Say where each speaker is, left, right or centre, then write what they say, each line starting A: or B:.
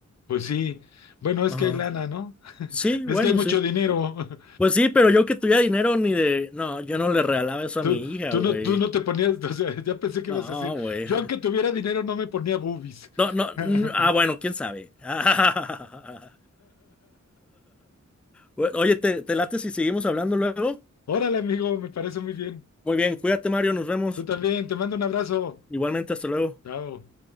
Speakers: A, on the left; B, in the centre.
A: Pues sí, bueno, es
B: Ajá.
A: que hay lana, ¿no? <laughs>
B: Sí, bueno,
A: Es que hay mucho
B: sí.
A: dinero. <laughs>
B: Pues sí, pero yo que tuviera dinero ni de. No, yo no le regalaba eso
A: Tú,
B: a mi hija,
A: tú
B: güey.
A: no, tú no te ponías, <laughs> o sea, ya pensé que
B: No,
A: ibas a decir,
B: güey.
A: yo aunque tuviera dinero no me ponía boobies.
B: No, no.
A: <laughs>
B: n- Ah, bueno, quién sabe. <laughs> Oye, ¿te, te late si seguimos hablando luego?
A: Órale, amigo, me parece muy bien.
B: Muy bien, cuídate, Mario, nos vemos.
A: Tú también, te mando un abrazo.
B: Igualmente, hasta luego.
A: Chao.